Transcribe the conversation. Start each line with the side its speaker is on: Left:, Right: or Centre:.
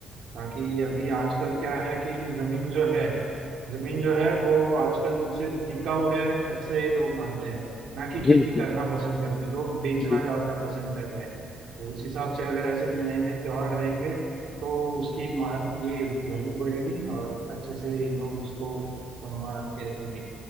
Right: ताकि अभी आजकल क्या है कि जमीन जो है जमीन जो है वो आजकल सिर्फ बिकाऊ है ऐसे लोग मानते हैं ना कि खेती
Left: जी जी
Right: करना
Left: जी
Right: पसंद करते लोग बेचना
Left: जी।
Right: ज्यादा पसंद कर रहे हैं तो उस हिसाब से अगर ऐसे नए नए त्योहार रहेंगे तो उसकी मा- ये वैल्यू बढ़ेगी और अच्छे से लोग उसको सम्मान के रखेंगे